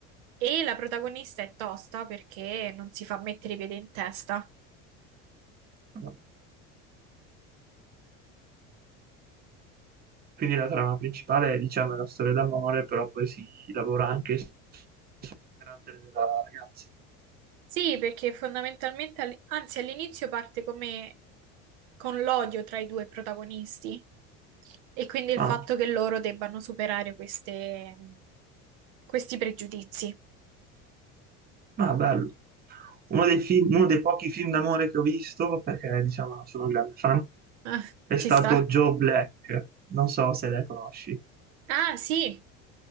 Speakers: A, on the right; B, on the right.
A: E la protagonista è tosta perché non si fa mettere i piedi in testa.
B: No. Quindi la trama principale, diciamo, è la storia d'amore, però poi si lavora anche sul carattere della ragazza.
A: Sì, perché fondamentalmente, all- anzi all'inizio parte come con l'odio tra i due protagonisti e quindi il
B: Ah.
A: fatto che loro debbano superare queste, questi pregiudizi.
B: Ah, bello. Uno dei, film- uno dei pochi film d'amore che ho visto, perché diciamo sono un grande fan,
A: Ah,
B: è
A: ci
B: stato
A: sta?
B: Joe Black. Non so se le conosci.
A: Ah, sì.